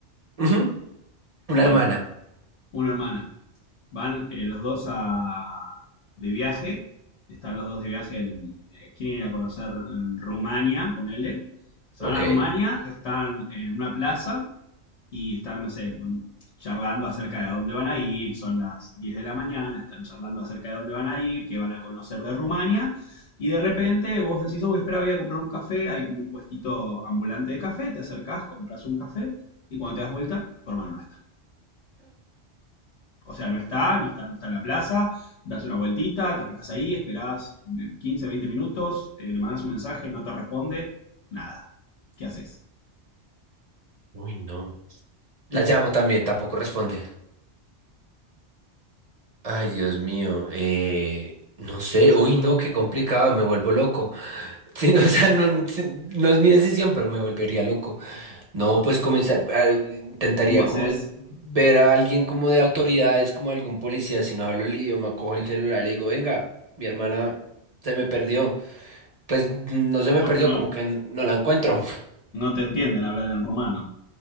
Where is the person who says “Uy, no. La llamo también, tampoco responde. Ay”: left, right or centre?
Right